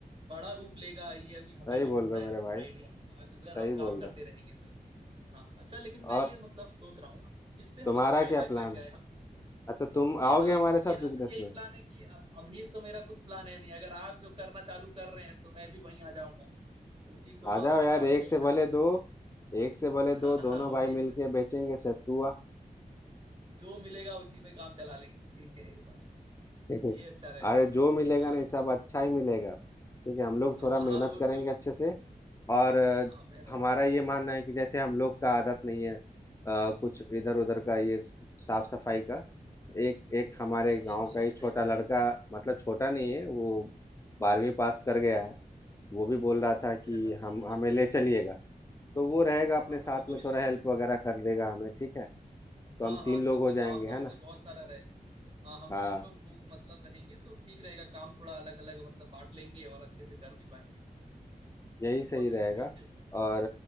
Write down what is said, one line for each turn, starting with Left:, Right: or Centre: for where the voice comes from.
Right: बड़ा रूप लेगा ये अभी हमें
Left: सही
Right: भी नहीं
Left: बोल
Right: शायद
Left: रहे हो मेरे भाई
Right: आइडिया अगर
Left: सही
Right: हम काम
Left: बोल
Right: करते
Left: रहे हो
Right: रहेंगे तो। हाँ अच्छा लेकिन
Left: और
Right: मैं ये मतलब सोच रहा हूँ कि इससे हमारा
Left: तुम्हारा
Right: फायदा
Left: क्या
Right: क्या
Left: प्लान
Right: क्या
Left: है
Right: है हम
Left: अच्छा तुम
Right: मेरा
Left: आओगे हमारे साथ
Right: मेरा
Left: बिजनेस
Right: तो यही
Left: में
Right: प्लान है कि अब अभी तो मेरा कुछ प्लान है नहीं अगर आप जो करना चालू कर रहे हैं तो मैं भी वहीं आ जाऊंगा उसी को
Left: आ जाओ
Right: आपके
Left: यार
Right: साथ
Left: एक
Right: में
Left: से
Right: एकदम
Left: भले दो एक से भले
Right: हाँ
Left: दो दोनों
Right: हाँ उसी
Left: भाई
Right: में
Left: मिलके बेचेंगे सत्तुआ
Right: जो मिलेगा उसी में काम चला लेंगे ठीक है एकदम
Left: ठीक है?
Right: ये अच्छा रहेगा
Left: <laughs> अरे जो मिलेगा
Right: हाँ
Left: ना ये सब अच्छा ही मिलेगा ठीक है हम लोग
Right: हाँ
Left: थोड़ा मेहनत
Right: वो
Left: करेंगे
Right: तो
Left: अच्छे से और अ,
Right: हाँ मेहनत
Left: हमारा
Right: तो करेंगे
Left: ये मानना है कि जैसे हम लोग का आदत नहीं है अ, कुछ इधर
Right: हाँ,
Left: उधर का ये
Right: तो
Left: साफ सफाई का एक एक हमारे
Right: ये
Left: गांव
Right: ये तो
Left: का
Right: बात
Left: ही छोटा
Right: सही है
Left: लड़का मतलब छोटा नहीं है वो बारहवीं पास कर गया है वो भी बोल रहा
Right: और
Left: था
Right: वो
Left: कि
Right: फिर अठारह साल
Left: हम
Right: से
Left: हमें
Right: तो ऊपर
Left: ले
Right: ही
Left: चलिएगा
Right: है
Left: तो वो रहेगा अपने
Right: हाँ
Left: साथ
Right: तो उसको
Left: में
Right: भी लेकर
Left: थोड़ा हेल्प
Right: के
Left: वगैरह कर देगा हमें ठीक है तो
Right: हाँ
Left: हम
Right: हाँ
Left: तीन लोग
Right: क्योंकि
Left: हो जाएंगे
Right: काम तो
Left: है
Right: उसमें
Left: ना
Right: बहुत सारा रहेगा हाँ हम
Left: हाँ
Right: तीन लोग हो मतलब रहेंगे तो ठीक रहेगा काम थोड़ा अलग अलग मतलब बांट लेंगे और अच्छे से कर भी पाएंगे
Left: यही
Right: बहुत
Left: सही रहेगा
Right: एफिशिएंट हो पाएगा
Left: और